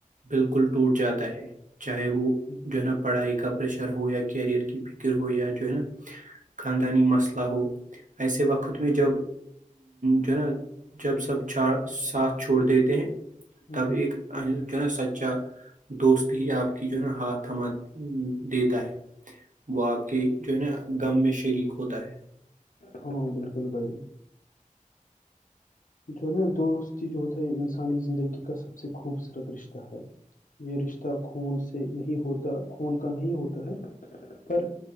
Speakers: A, on the right; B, on the left.
A: بالکل ٹوٹ جاتا ہے چاہے وہ
B: بالکل
A: جو ہے نا پڑھائی کا پریشر ہو یا کیریئر کی فکر ہو یا جو ہے نا خاندانی مسئلے ایسے وقت میں جب جو ہے نا جب سب چ ساتھ چھوڑ دیتے ہیں
B: ہاں
A: تب ایک جو ہے نا سچا دوست ہی آپ کی جو ہے نا ہاتھ تھما دیتا ہے وہ آپ کے جو ہے نا غم میں شریک ہوتا ہے
B: ہاں بالکل بھائی جو نا دوستی جو ہے انسانی زندگی کا سب سے خوبصورت رشتہ ہے یہ رشتہ خون سے نہیں ہوتا خون کا نہیں ہوتا ہے پر